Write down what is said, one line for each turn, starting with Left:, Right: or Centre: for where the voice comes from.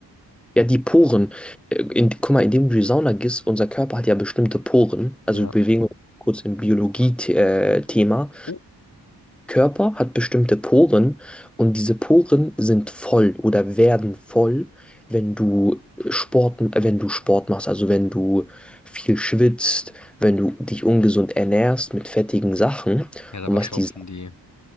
Centre: ja, die Poren, äh, in, guck mal, indem du in die Sauna gehst, unser Körper hat ja bestimmte Poren,
Left: Ja.
Centre: also wir bewegen uns kurz im Biologie-Thema.
Left: Oh,
Centre: Körper hat bestimmte Poren und diese Poren sind voll oder werden voll, wenn du Sport, äh, wenn du Sport machst, also wenn du viel schwitzt, wenn du dich ungesund ernährst mit fettigen Sachen
Left: ja, da
Centre: und
Left: verstopfen
Centre: was die,
Left: die.